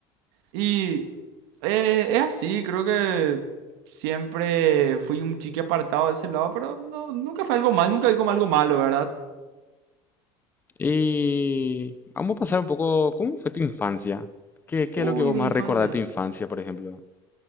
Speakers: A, on the right (about 80°); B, on the left (about 20°).
A: Y eh, es así, creo que siempre fui un chique apartado de ese lado, pero no, nunca fue algo mal, nunca vi como algo malo, ¿verdad?
B: Y vamos a pasar un poco, ¿cómo fue tu infancia? ¿Qué, qué
A: Uy,
B: es lo que vos
A: mi
B: más
A: infancia.
B: recordás de tu infancia, por ejemplo?